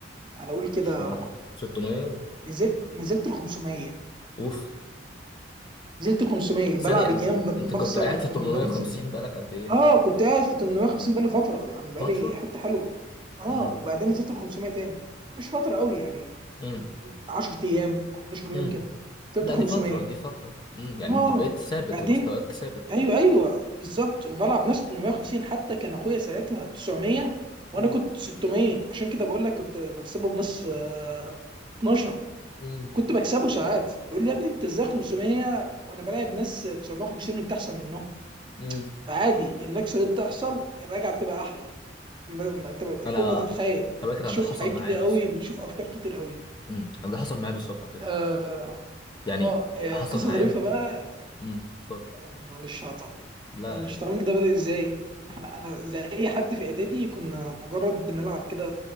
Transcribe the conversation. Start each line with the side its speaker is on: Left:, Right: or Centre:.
Right: يعني اقول كده
Left: مش عارف.
Right: رقم
Left: 600 ولا-
Right: نزلت نزلت ل 500
Left: اوف
Right: نزلت ل 500 بلعب
Left: ثانيه انت
Right: جيم ب-
Left: انت
Right: بخسر
Left: كنت قاعد
Right: ب-
Left: في 850
Right: بنزل
Left: بقالك قد ايه
Right: اه كنت قاعد في 850 بقالي فترة يعني بقالي
Left: فتره
Right: حتة حلوة اه
Left: امم
Right: وبعدين نزلت ل 500 تاني مش فترة قوي يعني
Left: امم
Right: 10 ايام 11 يوم
Left: امم
Right: كده نزلت
Left: لا
Right: ل
Left: دي
Right: 500
Left: فتره دي فتره امم يعني
Right: اه
Left: انت بقيت ثابت
Right: بعدين
Left: ومستواك ثابت
Right: ايوه ايوه بالظبط وبلعب ناس 850 حتى كان اخويا ساعتها 900
Left: امم
Right: وانا كنت 600 عشان كده بقول لك كنت بكسبه بلس آه، 12
Left: امم
Right: كنت بكسبه ساعات بيقول لي يا ابني انت ازاي 500 وانا بلاعب ناس 950 وانت احسن منهم
Left: امم
Right: فعادي النكسه دي بتحصل الرجعه بتبقى احلى ما- ما- انت
Left: انا
Right: فوق ما تتخيل بتشوف
Left: على فكره أنا ده حصل
Right: حاجات
Left: معايا
Right: كتير
Left: بالظبط
Right: قوي بتشوف افكار كتير قوي
Left: امم أنا ده حصل معايا بالظبط على فكره
Right: اه
Left: يعني
Right: آه، آه،
Left: حصل
Right: قصه
Left: معايا
Right: ظريفه بقى
Left: امم اتفضل
Right: معلش هقطعك
Left: لا
Right: الشطرنج
Left: عادي
Right: ده بدأ ازاي
Left: امم
Right: احنا انا زي اي حد في اعدادي كنا مجرد بنلعب كده